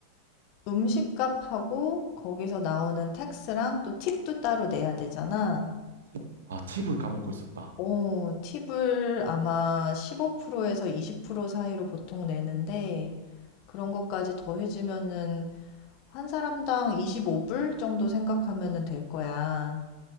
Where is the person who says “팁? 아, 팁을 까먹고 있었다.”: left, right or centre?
Right